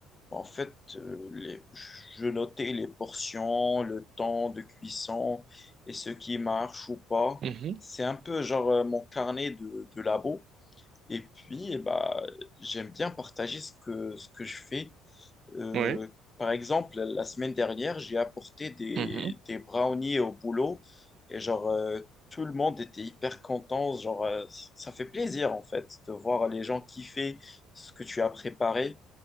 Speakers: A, on the left (about 25°); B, on the right (about 55°).
A: En fait, euh, les- je notais les portions, le temps de cuisson et ce qui marche ou pas.
B: Mhm.
A: C'est un peu genre euh, mon carnet de, de labo. Et puis, eh bah, j'aime bien partager ce que, ce que je fais. Euh,
B: Oui.
A: par exemple, la semaine dernière, j'ai apporté des,
B: Mhm.
A: des brownies au boulot et genre euh, tout le monde était hyper content. Genre, euh, ça fait plaisir en fait de voir les gens kiffer ce que tu as préparé.